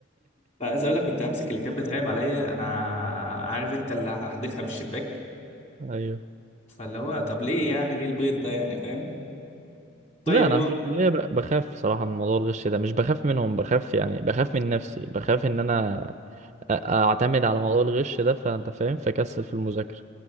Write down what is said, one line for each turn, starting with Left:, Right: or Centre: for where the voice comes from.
Left: فعايز اقول لك كنت امسك اللي كانت بتراقب عليا انا عارف انت اللي هحدفها من الشباك
Right: ايوه
Left: فاللي هو طب ليه يعني ليه البيض ده يعني فاهم طيب
Right: لا انا
Left: هو
Right: في الكليه ب- بخاف صراحه من موضوع الغش ده مش بخاف منهم بخاف يعني بخاف من نفسي بخاف ان انا أ- اعتمد على موضوع الغش ده فانت فاهم فكسل في المذاكره